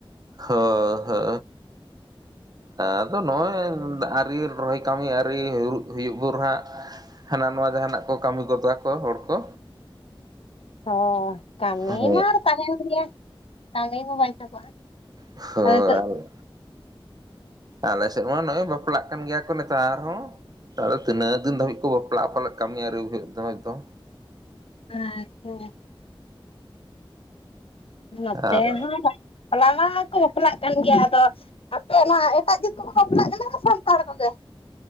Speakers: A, on the right; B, on the left.
A: ᱦᱳᱭ ᱦᱳ ᱟᱫᱚ ᱱᱚᱜᱼᱚᱭ ᱟᱹᱨᱤ ᱨᱚᱦᱚᱭ ᱠᱟᱹᱢᱤ ᱟᱹᱨᱤ ᱦᱩᱭᱩᱜ ᱵᱚᱱ ᱦᱟᱸᱜ᱾ ᱦᱟᱱᱟ ᱱᱚᱣᱟ ᱡᱟᱦᱟᱱᱟᱜ ᱠᱚ ᱠᱟᱹᱢᱤ ᱜᱚᱫᱟ ᱠᱚ ᱦᱚᱲ ᱠᱚ᱾
B: ᱦᱚ ᱠᱟᱹᱢᱤ
A: ᱦᱮᱸ
B: ᱢᱟ ᱟᱨ ᱛᱟᱦᱮᱱ ᱜᱮᱭᱟ ᱠᱟᱹᱢᱤ ᱢᱟ ᱵᱟᱭ ᱪᱟᱵᱟᱜᱼᱟ᱾
A: ᱦᱳ
B: ᱟᱫᱚ
A: <unintelligible>
B: ᱱᱤᱛᱚᱜ
A: ᱟᱞᱮᱥᱮᱫ ᱢᱟ ᱱᱚᱜᱼᱚᱭ ᱵᱟᱯᱞᱟᱜ ᱠᱟᱱ ᱜᱮᱭᱟ ᱠᱚ ᱱᱮᱛᱟᱨ ᱦᱚᱸ᱾ ᱛᱟᱦᱚᱞᱮ ᱛᱤᱱᱟᱹᱜ ᱫᱤᱱ ᱫᱷᱟᱹᱵᱤᱡ ᱠᱚ ᱵᱟᱯᱞᱟᱜ-ᱟ ᱯᱟᱞᱮᱜ ᱠᱟᱹᱢᱤ ᱟᱹᱣᱨᱤ ᱦᱩᱭᱩᱜ ᱫᱷᱟᱹᱵᱤᱡ ᱫᱚ ᱾
B: ᱟᱪᱪᱷᱟ ᱾ ᱱᱚᱛᱮ
A: ᱟᱨ
B: ᱦᱚᱸ ᱵᱟᱯᱞᱟ ᱢᱟ ᱠᱚ ᱵᱟᱯᱞᱟᱜ ᱠᱟᱱ ᱜᱮᱭᱟ ᱟᱫᱚ ᱟᱯᱮ ᱚᱱᱟ ᱮᱴᱟᱜ ᱡᱟᱹᱛ ᱠᱚ ᱵᱟᱯᱞᱟᱜ ᱠᱟᱱᱟ ᱥᱟᱱᱛᱟᱲ ᱠᱚᱜᱮ?